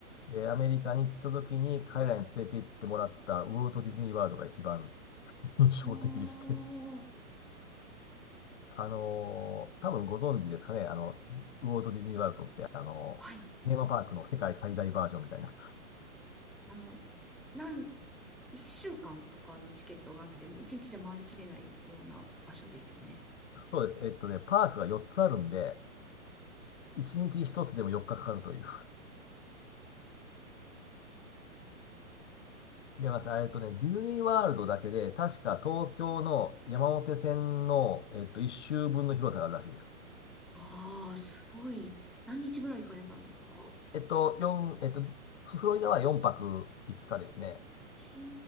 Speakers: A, on the left; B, in the centre.
A: で、アメリカに行った時に彼らに連れて行ってもらったウォルト・ディズニー・ワールドが一番 <laughs> 印象的でして、
B: はー
A: あのー多分ご存知ですかね、あの、ウォルト・ディズニー・ワールドって、あのーテーマパークの世界最大バージョンみたいな。
B: はい。あの、なん、一週間とかのチケットがあっても、一日じゃ回りきれないような場所ですよね。
A: そうです。えっとね、パークが4つあるんで、1日1つでも4日かかかるという。違います。えっとね、ディズニーワールドだけで、確か東京の山手線の、えっと、一周分の広さがあるらしいです。
B: わあ、すごい。何日ぐらい行かれたんですか
A: えっと、四えっと、フロリダは4泊5日ですね。
B: へえ、